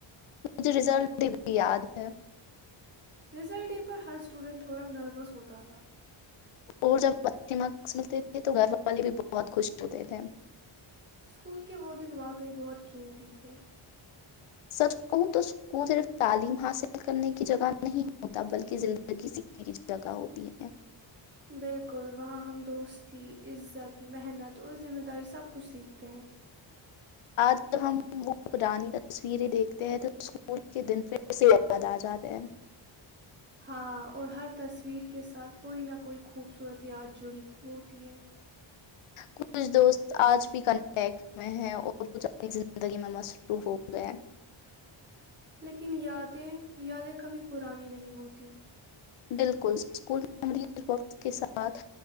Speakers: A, on the left; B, on the right.
A: مجھے رزلٹ یاد ہے
B: رزلٹ ڈے پر ہر اسٹوڈنٹ تھوڑا نروس ہوتا تھا
A: اور جب ب م ملتے تھے تو گھر والے بھی بہت خوش ہوتے تھے
B: سکول کے وہ دن واقعی بہت قیمتی تھے
A: سچ کہوں تو اس کو صرف تعلیم حاصل کرنے کی جگہ نہیں ہوتا بلکہ زندگی سیکھنے کی جگہ ہوتی ہے
B: بالکل وہاں ہم دوست تھی عزت محنت اور ذمہ داری سے سب کچھ سیکھتے ہیں
A: آج جب ہم وہ پرانی تصویریں دیکھتے ہیں تو اسکول کے دن پھر سے یاد آ جاتے ہیں
B: ہاں اور ہر تصویر کے ساتھ کوئی نہ کوئی خوبصورت یاد جڑی ہوتی ہے
A: کچھ دوست آج بھی کنٹیکٹ میں ہیں اور کچھ اپنی زندگی میں مصروف ہو گئے
B: لیکن یادیں یادیں کبھی پرانی نہیں ہوتی
A: بالکل اسکول مم وس کے ساتھ